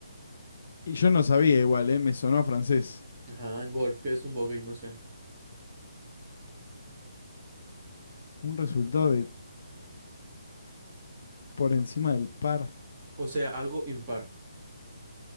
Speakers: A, on the left; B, on the right.
A: Y yo no sabía igual, ¿eh? Me sonó a francés.
B: Ajá, en golf, que es un bogey, no sé.
A: Un resultado de por encima del par.
B: O sea, algo impar.